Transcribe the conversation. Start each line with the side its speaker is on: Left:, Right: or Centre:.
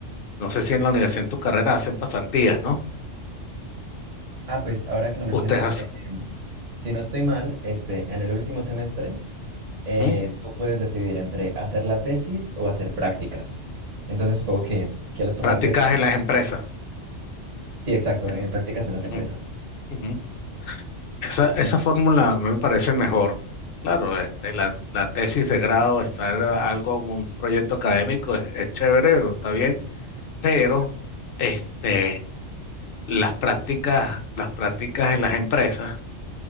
Left: No sé si en la universidad, en tu carrera, hacen pasantías, ¿no?
Right: Ah, pues ahora que lo mencionas,
Left: Ustedes hacen
Right: eh, em, si no estoy mal, este, en el último semestre eh,
Left: ujú,
Right: tú puedes decidir entre hacer la tesis o hacer prácticas. Entonces supongo que, que las pasantías...
Left: prácticas en las empresas.
Right: Sí, exacto,
Left: En-
Right: eh, prácticas en las
Left: ujú,
Right: empresas.
Left: ujú. Esa, esa fórmula a mí me parece mejor. Claro, este, la, la tesis de grado, estar algo, un proyecto académico es, es chévere, está bien, pero este, las prácticas, las prácticas en las empresas